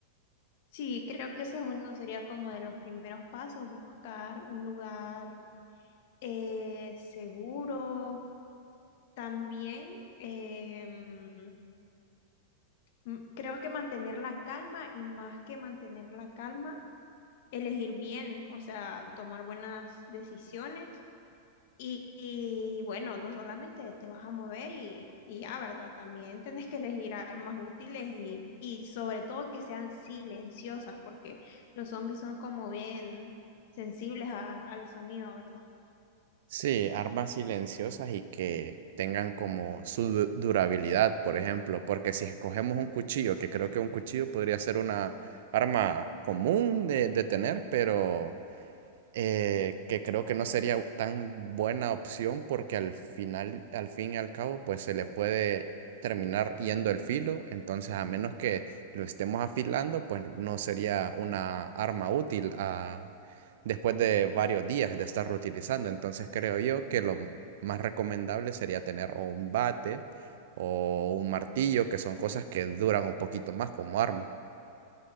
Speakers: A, on the left; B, on the right.
A: Sí, creo que eso es uno sería como de los primeros pasos, buscar un lugar eh, seguro. También em, m- creo que mantener la calma y más que mantener la calma, elegir bien, o sea, tomar buenas decisiones Y, y bueno, no solamente te vas a mover y, y ya, ¿verdad? También tenés que elegir armas útiles y, y sobre todo que sean silenciosas, porque los zombies son como bien sensibles a- al sonido, ¿verdad?
B: Sí, armas silenciosas y que tengan como su du- durabilidad, por ejemplo, porque si escogemos un cuchillo, que creo que un cuchillo podría ser una arma común de, de tener, pero eh, que creo que no sería tan buena opción porque al final, al fin y al cabo, pues se le puede terminar yendo el filo, entonces a menos que lo estemos afilando, pues no sería una arma útil a- después de varios días de estarlo utilizando, entonces creo yo que lo más recomendable sería tener o un bate o un martillo, que son cosas que duran un poquito más como arma.